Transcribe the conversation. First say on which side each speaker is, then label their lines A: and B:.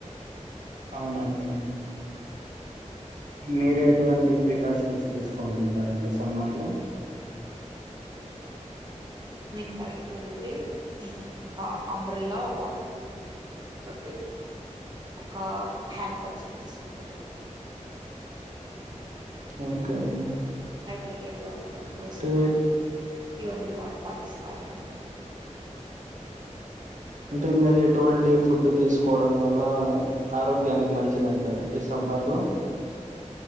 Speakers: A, on the right; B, on the right.
A: అవునండి మీరు ఎటువంటి ప్రికాషన్స్ తీసుకుంటు ఉంటారండి సమ్మర్ లో <inaudible>
B: నేను బయటికి వెళ్తే ఉమ్ ఒక అబ్రెల్లా ఒక వాటర్ ఒక హ్యాండ్ కర్చీఫ్ తీసుకోన్ వెళ్తానండి
A: ఓకే అండి
B: హైడ్రేటెడ్గా ఉండడం కోసం
A: అంటే
B: ఇవన్నీ వాడ్ పాటిస్తా అండి
A: అంటే ఇంగ ఎటువంటి ఫుడ్డు తీసుకోవడం వల్ల ఆరోగ్యానికి మంచిదంటారండి సమ్ మర్లో